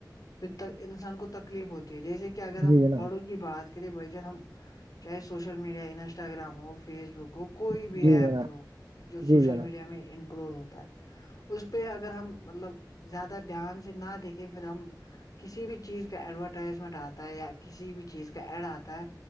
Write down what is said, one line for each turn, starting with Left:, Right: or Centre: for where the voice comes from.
Left: پھر تک انسان کو تکلیف ہوتی ہے جیسے کہ اگر ہم
Right: جی جناب
Left: بڑوں کی بات کریں بھ جن ہم چاہے سوشل میڈیا انسٹ انسٹاگرام ہو فیس بک ہو کوئی بھی
Right: جی
Left: ایپ
Right: جناب
Left: جو جو
Right: جی
Left: سوشل
Right: جناب
Left: میڈیا میں انکلوڈ ہوتا ہے اس پہ اگر ہم مطلب زیادہ دھیان سے نہ دیکھیں پھر ہم کسی بھی چیز کا ایڈورٹائزمنٹ آتا ہے یا کسی بھی چیز کا ایڈ آتا ہے